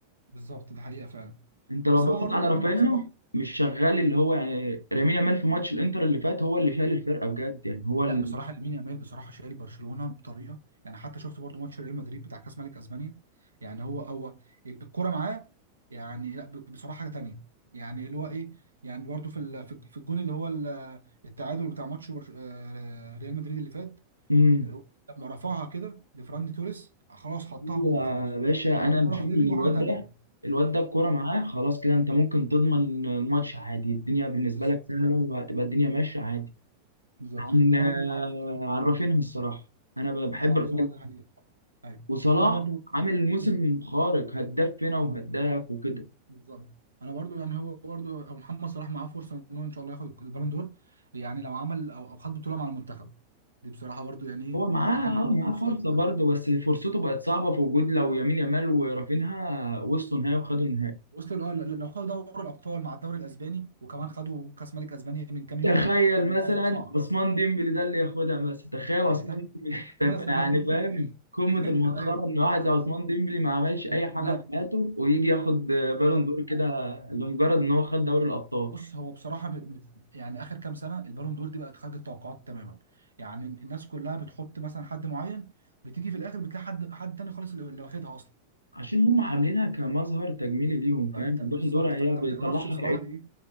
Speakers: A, on the right; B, on the left.
A: بالظبط ده حقيقة فعلا
B: انت لو
A: بس
B: بصيت
A: هو برضه
B: على
A: محمد
B: رافينيا
A: صلاح
B: مش شغال اللي هو يعني لامين يامال في ماتش الانتر اللي فات هو اللي شال الفرقه بجد يعني هو اللي
A: لا بصراحة لامين يامال بصراحة شايل برشلونة بطريقة يعني حتى شفت برضه ماتش ريال مدريد بتاع كأس ملك أسبانيا يعني هو هو الكورة معاه يعني لا ب- بصراحة حاجة تانية يعني اللي هو ايه يعني برضه في ال- في في الجون اللي هو ال- التعادل بتاع ماتش برش- آه، ريال مدريد اللي فات
B: امم
A: اللي هو لما رفعها كده لفراندي توريس آه، خلاص حطها
B: يا
A: جول خلاص
B: باشا
A: الكرة
B: انا بشوف
A: في رجله
B: ان الواد
A: وحاجة تانية
B: ده الواد ده الكوره
A: ايوه
B: معاه خلاص كده انت ممكن تضمن الماتش عادي الدنيا بالنسبه
A: بالظبط
B: لك سهله
A: فعلا
B: وهتبقى الدنيا ماشيه عادي
A: بالظبط
B: عن
A: انا برضو معاك في الحتة
B: عن
A: دي.
B: رافينيا الصراحه انا بحب
A: لا،
B: الراجل
A: بصراحة ده حقيقة ايوه
B: وصلاح
A: انا برضو
B: عامل موسم
A: <clears throat>
B: خارق هداف فينا وهداف وكده
A: بالظبط انا برضو يعني هو برضو أو محمد صلاح معاه فرصه انه ان شاء الله ياخد البالون دور يعني لو عمل او او خد بطوله مع المنتخب دي بصراحه برضو يعني ايه
B: هو معاه
A: هتكون عنده
B: اه معاه
A: فرصه
B: فرصه
A: اكبر
B: برضه
A: يعني
B: بس فرصته بقت صعبه في وجود لو يمين يامال ورافينها وصلوا نهائي وخدوا النهائي
A: وصلوا لو لو خدوا دوري الابطال مع الدوري الاسباني وكمان خدوا كاس ملك اسبانيا من كام يوم
B: تخيل
A: فالموضوع
B: مثلا
A: هيبقى صعب
B: عثمان ديمبلي ده اللي ياخدها مثلا تخيل
A: <laughs>
B: عثمان
A: ده
B: ديمبلي <laughs> تبقى
A: مثلا
B: يعني فاهم قمة
A: <laughs>
B: المسخرة
A: ايوه
B: إن واحد زي عثمان ديمبلي ما عملش أي
A: ما أنا-
B: حاجة
A: ما
B: في حياته ويجي ياخد بالون
A: بالظبط
B: دور كده لمجرد إن هو خد دوري الأبطال
A: بص هو بصراحه ب- ب- يعني اخر كام سنه البالون دور دي بقت خارج التوقعات تماما يعني الناس كلها بتحط مثلا حد معين بتيجي في الاخر بتلاقي حد حد تاني خالص اللي اللي واخدها اصلا
B: عشان هم عاملينها كمظهر تجميلي ليهم فاهم
A: فانت
B: البالون
A: بالظبط
B: دور هي
A: فانت
B: بيطلعها
A: ما تعرفش بصراحه ايه